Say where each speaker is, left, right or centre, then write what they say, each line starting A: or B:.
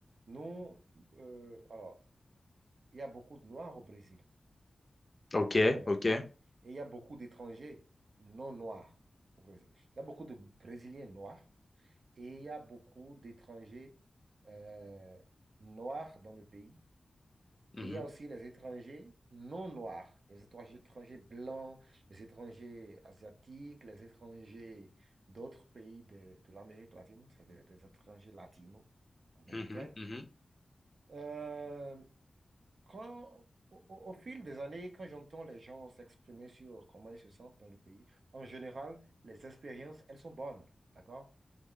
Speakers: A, on the right; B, on the left.
A: Nous, euh, alors, il y a beaucoup de Noirs au Brésil
B: Ok,
A: euh,
B: ok.
A: et, et il y a beaucoup d'étrangers non noirs au Brésil. Il y a beaucoup de Brésiliens noirs et il y a beaucoup d'étrangers euh, noirs dans le pays.
B: Mhm.
A: Et il y a aussi les étrangers non noirs, les étrangers étrangers blancs, les étrangers asiatiques, les étrangers d'autres pays de, de l'Amérique latine, c'est-à-dire des étrangers latino-américains.
B: Mhm, mhm.
A: Euh, quand, au, au- au fil des années, quand j'entends les gens s'exprimer sur comment ils se sentent dans le pays, en général, les expériences, elles sont bonnes, d'accord?